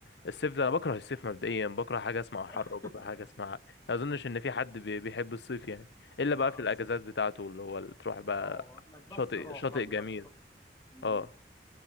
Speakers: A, on the left; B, on the left.
A: الصيف ده انا بكره الصيف مبدئيا بكره حاجة اسمها حر
B: <laughs>
A: وبكره حاجة اسمها ما اظنش ان في حد بي... بيحب الصيف يعني الا
B: لا
A: بقى في الاجازات
B: الصيف
A: بتاعته اللي هو اللي تروح بقى
B: اه هناك
A: شاطئ
B: بس راحة
A: شاطئ
B: بيبقى
A: جميل
B: فيه مم.
A: اه